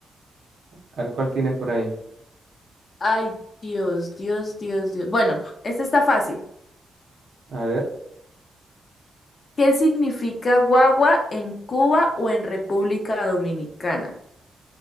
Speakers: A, on the right (about 60°); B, on the left (about 35°).
A: A ver cuál tienes por ahí.
B: Ay, Dios, Dios, Dios, Dios. Bueno, esta está fácil.
A: A ver,
B: ¿Qué significa guagua en Cuba o en República Dominicana?